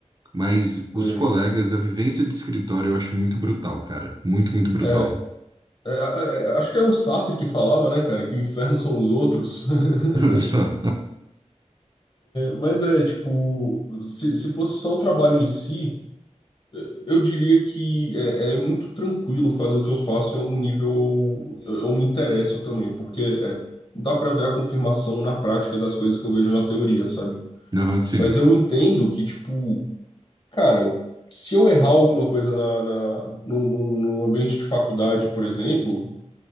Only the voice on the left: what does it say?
sei.
É, é, é, acho que é o Sartre que falava, né, cara, que o inferno são os outros. <laughs>
Mas é, tipo, se, se fosse só o trabalho em si, eh, eu diria que é, é muito tranquilo fazer o que eu faço em algum nível eu, eu me interesso também, porque eh, dá pra ver a confirmação na prática das coisas que eu vejo na teoria, sabe?
Mas eu entendo que, tipo, cara, se eu errar alguma coisa na, na- no, no no ambiente de faculdade, por exemplo,